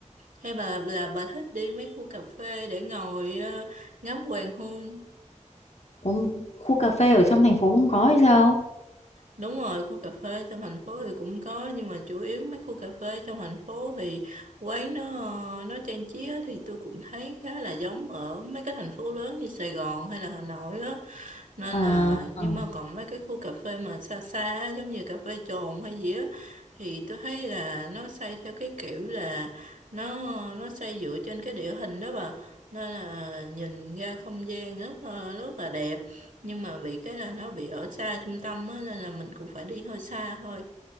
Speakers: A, on the right; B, on the left.
A: hay bà là bà thích đi mấy khu cà phê để ngồi ờ, ngắm hoàng hôn
B: Có một khu cà phê ở trong thành phố không có hay sao?
A: Đúng rồi, khu cà phê trong thành phố thì cũng có nhưng mà chủ yếu mấy khu cà phê trong thành phố thì quán nó ờ, nó trang trí á, thì tôi cũng thấy khá là giống ở mấy cái thành phố lớn như Sài Gòn hay là Hà Nội á. Nên
B: Ờ,
A: là
B: ờ.
A: nhưng mà còn mấy cái khu cà phê mà xa xa á, giống như cà phê Trồn hay gì á thì tôi thấy là nó xây theo cái kiểu là nó nó xây dựa trên cái địa hình đó bà. Nên là nhìn ra không gian rất là- rất là đẹp nhưng mà bị cái là nó bị ở xa trung tâm á nên là mình cũng phải đi hơi xa thôi